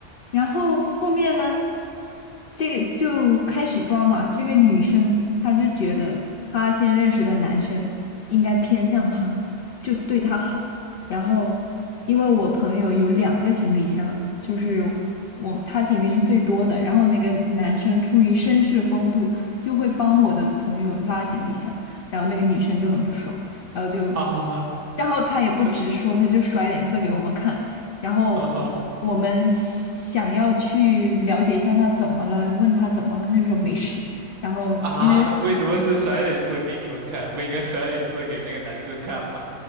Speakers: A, on the left (about 60°); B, on the right (about 80°).
A: 然后后面呢，这个就开始抓嘛。这个女生她就觉得她先认识的男生应该偏向她，就对她好。然后，因为我朋友有两个行李箱，就是我他行李是最多的。然后那个男生出于绅士风度，就会帮我的朋友拉行李箱，然后那个女生就很不爽，然后就，
B: <laughs> 啊。
A: 然后她也不直说，
B: 这，<laughs>
A: 她就甩脸色给我们看。然后
B: 哈哈
A: 我们想想要去了解一下他怎么了，问他怎么了，他就说没事。然后其实
B: 啊，为什么是甩脸色给你们看？不应该甩脸色给那个男生看吗？